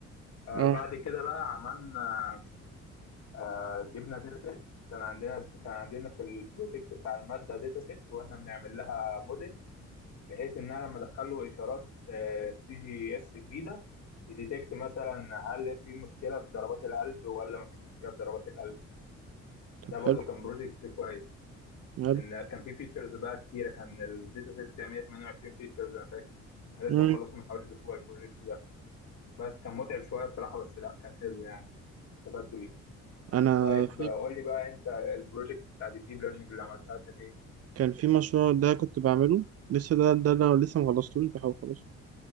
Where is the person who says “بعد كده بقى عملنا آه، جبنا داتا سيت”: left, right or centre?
Left